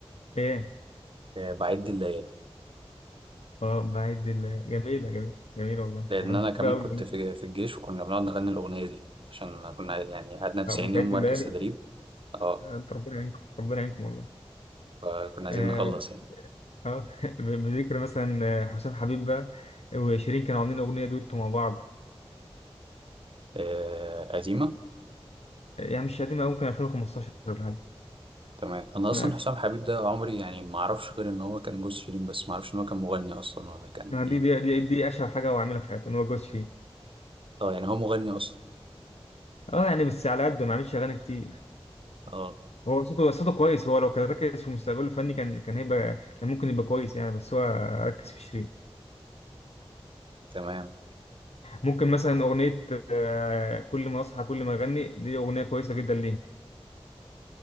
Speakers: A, on the left; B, on the right.
A: ايه
B: آه، بعد الليالي
A: اه بعد ال- جميلة جميلة جميلة والله
B: لان
A: بحب
B: انا كمان
A: أوي
B: كنت
A: الأغنية
B: في
A: دي
B: في الجيش وكنا بنقعد نغني الاغنيه دي عشان كنا يعني قعدنا 90
A: آه، بتعدوا
B: يوم مركز
A: الليالي
B: تدريب اه
A: آه، انت ربنا يعينكم ربنا يعينكم والله
B: فكنا عايزين
A: اه
B: نخلص يعني
A: آه، <laughs> ب- بذكر مثلا آه، حسام حبيب بقى وشيرين كانوا عاملين أغنية دويتو مع بعض
B: آه، قديمه
A: آه، يعني مش قديمة أوي ممكن 2015 ولا حاجة
B: تمام انا
A: اسمها
B: اصلا حسام حبيب ده عمري يعني ما اعرفش غير ان هو كان جوز شيرين بس ما اعرفش ان هو كان مغني اصلا ولا كان
A: اسمها دي
B: ايه
A: دي دي, دي أشهر حاجة هو عاملها في حياته إن هو جوز شيرين
B: اه يعني هو مغني اصلا
A: اه يعني بس على قده ما عملش أغاني كتير
B: اه
A: هو صوته صوته كويس هو لو كان ركز في مستقبله الفني كان كان هيبقى كان ممكن يبقى كويس يعني بس هو ركز في شيرين
B: تمام
A: ممكن مثلا أغنية آه، كل ما أصحى كل ما أغني دي أغنية كويسة جدا ليه